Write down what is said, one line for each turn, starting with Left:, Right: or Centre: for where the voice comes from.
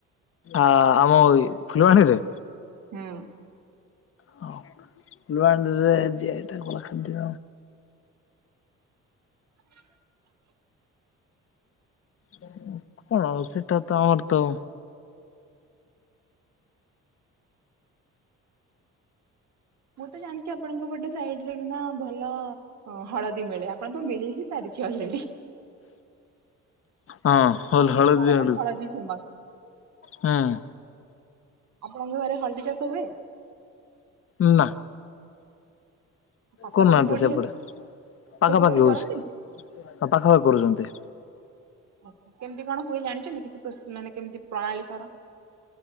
Left: ଆଁ ଆମ ଏଇ ଫୁଲୁବାଣୀରେ।
Right: ହୁଁ।
Left: ହଁ ଫୁଲବାଣୀରେ ଜି ଆଇ ଟ୍ୟାଗ୍ ବାଲା ଖାଦ୍ୟ।
Right: <inaudible>
Left: ହୁଁ କଣ ଆଉ ସେଟା ତ ଆମର ତ ଆଉ
Right: ମୁଁ ତ ଜାଣିଚି ଆପଣଙ୍କ ପଟ ସାଇଡରେ କିନ୍ତୁ ହଁ ଭଲ ଅଁ ହଳଦୀ ମିଳେ ଆପଣ ତ ମିଳି ହିଁ ସାରିଛି ଅଲରେଡି।
Left: ହଁ ହଲ୍
Right: କନ୍ଧମାଳର
Left: ହଳଦି ମିଳୁ
Right: ହଳଦୀ ଫେମସ
Left: ହାଁ।
Right: ଆପଣଙ୍କ ଘରେ ହଳଦୀ ଚାଷ ହୁଏ।
Left: ଉଁ ନାଁ।
Right: ପାଖାପାଖି
Left: କରୁନାହାନ୍ତି
Right: କୋଉଠି
Left: ସେପଟେ ପାଖାପାଖି
Right: କୋଉଠି
Left: ହୋଉଛି।
Right: କରନ୍ତିନି?
Left: ଆଁ ପାଖାପାଖ କରୁଚନ୍ତି।
Right: ଅହଁ କେମିତି କଣ ହୁଏ ଜାଣିଚନ୍ତି କିଛି ପ୍ରୋସ ମାନେ କେମିତି ପ୍ରଣାଳୀ ତାର।